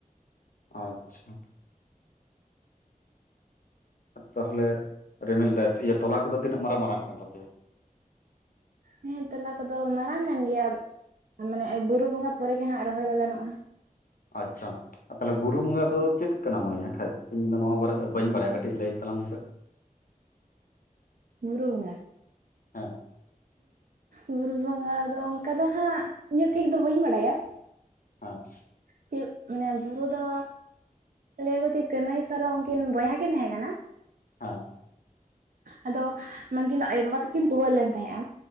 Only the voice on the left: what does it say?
ᱟᱪᱪᱷᱟ᱾ ᱛᱟᱦᱞᱮ ᱨᱤᱢᱤᱞ ᱫᱟᱭ, ᱤᱭᱟᱹ ᱛᱚᱞᱟ ᱠᱚᱫᱚ ᱛᱤᱱᱟᱹᱜ ᱢᱟᱨᱟᱝ ᱢᱟᱨᱟᱝ ᱠᱟᱱ ᱛᱟᱯᱮᱭᱟ?
ᱟᱪᱪᱷᱟ᱾ ᱟᱨ ᱛᱟᱦᱞᱮ ᱵᱩᱨᱩ ᱵᱚᱸᱜᱟ ᱫᱚ ᱪᱮᱫ ᱠᱟᱱᱟ ᱢᱟᱹᱭ ᱦᱟᱸᱠᱷᱟᱡ ᱤᱧ ᱫᱚ ᱱᱚᱣᱟ ᱵᱟᱨᱮᱛᱮ ᱵᱟᱹᱧ ᱵᱟᱲᱟᱭᱟ ᱠᱟᱹᱴᱤᱡ ᱞᱟᱹᱭ ᱛᱟᱞᱟᱝ ᱢᱮᱥᱮ?
ᱦᱮᱸ᱾
ᱦᱮᱸ᱾
ᱦᱮᱸ᱾